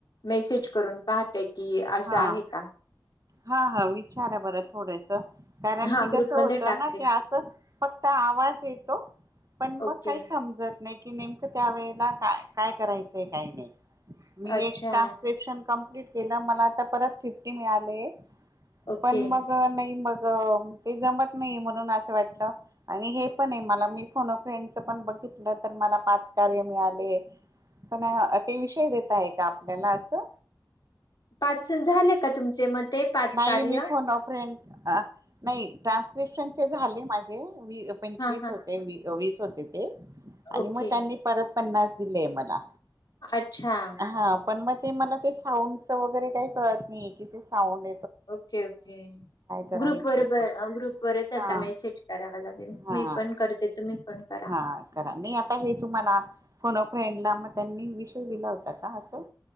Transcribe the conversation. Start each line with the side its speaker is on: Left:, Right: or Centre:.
Left: मेसेज करून पाहते की असं
Right: हां
Left: आहे का
Right: हा हा विचारा बरं थोडसं कारण
Left: हा
Right: की कसं
Left: ग्रुपमध्ये
Right: होतं
Left: टाकते.
Right: ना की असं फक्त आवाज येतो. पण
Left: ओके
Right: मग काही समजत नाही की नेमकं त्यावेेळेला का काय करायचंय काही नाही. मी
Left: अच्छा
Right: एक. कंम्प्लिट केलं, मला आता परत फीफ्टी मिळाले
Left: ओके.
Right: पण मग नाही मग ते जमत नाही म्हणून असं वाटलं. आणि हे पण आहे मला मी फोन अ फ्रेंडच पण बघितलं तर मला पाच कार्य मिळाले. पण अं ते विषय देता आहे का आपल्याला असं?
Left: पाच स झाले का तुमचे म ते?
Right: नाही,
Left: कार्य?
Right: मी फोन ओ फ्रेंड अ नाही ट्रान्स्क्रिप्शनचे झाले माझे मी पंचवीस
Left: हां, हां.
Right: होते, वीस होते ते आणि
Left: ओके.
Right: मग त्यांनी परत पन्नास दिलेय मला.
Left: अच्छा.
Right: हां, पण मग ते मला ते साउंडच वगैरे काही कळत नाही कि ते साउंड
Left: ओके, ओके.
Right: करायचंय
Left: ग्रुप वर
Right: पुढचं.
Left: ग्रुपवरच
Right: हा
Left: आता मेसेज करावा लागेल
Right: हा
Left: मी पण करते, तुम्ही पण करा.
Right: हा. करा, मी आता हे तुम्हाला फोन अ फ्रेंडला मग त्यांनी विषय दिला होता का असं?